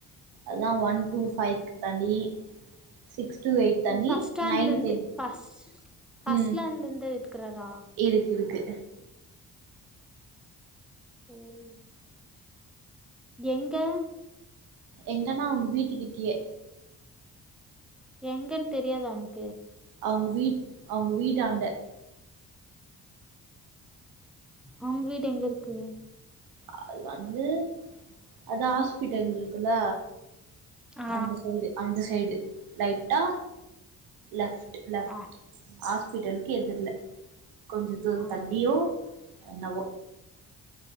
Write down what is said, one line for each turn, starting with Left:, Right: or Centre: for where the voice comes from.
Right: அதான் ஒன் டூ ஃபைவ்க்கு தனி சிக்ஸ் டு எய்த் தனி
Centre: ஃபஸ்ட் ஸ்டாண்ட்ல
Right: நைன்
Centre: இருந்து
Right: டென்
Centre: ஃபஸ்ட் ஃபஸ்ட்
Right: ம்
Centre: ஸ்டாண்ட்ல இருந்து எடுக்கறாரா
Right: இருக்கு இருக்கு
Centre: ம் எங்க
Right: எங்கன்னா அவுங்க வீட்டுக்கிட்டயே
Centre: எங்கன்னு தெரியாத உனுக்
Right: அவங்க வீட் அவங்க வீட்டாண்ட
Centre: அவுங்க வீடு எங்க இருக்கு
Right: அது வந்து அதான் ஹாஸ்பிட்டல் இருக்குல்ல
Centre: ஆ
Right: அந்த சைடு அந்த சைடு ரைட்டா லெஃப்ட் லெஃப்ட்
Centre: ஆ
Right: ஆ ஹாஸ்பிட்டலுக்கு எதிர்ல கொஞ்ச தூர
Centre: ஆ
Right: தள்ளியோ என்னவோ